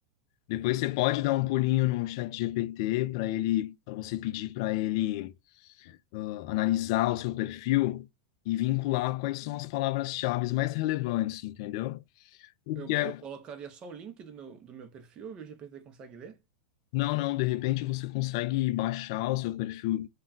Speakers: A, on the left; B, on the right.
A: depois você pode dar um pulinho no chat GPT para ele para você pedir para ele ah, analisar o seu perfil e vincular quais são as palavras-chaves mais relevantes, entendeu? O
B: Eu,
A: que é?
B: eu colocaria só o link do meu, do meu perfil e o GPT consegue ler?
A: Não, não, de repente você consegue baixar o seu perfil